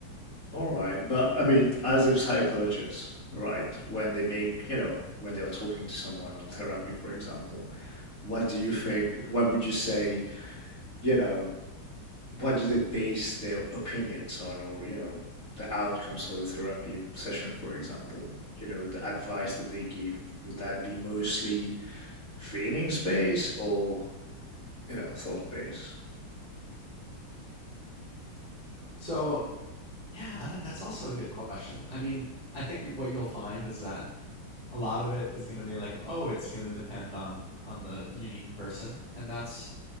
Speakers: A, on the left (about 40°); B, on the left (about 20°).
A: All right, but I mean, as a psychologist, right, when they make, you know, when they are talking to someone on therapy, for example, what do you think, what would you say, you know, what do they base their opinions on, or, you know, the outcomes of the therapy session, for example, you know, the advice that they give, would that be mostly feelings based or, you know, thought based?
B: So, yeah, I don't- that's also a good question. I mean, I think what you'll find is that a lot of it is going to be like, oh, it's going to depend on on the unique person, and that's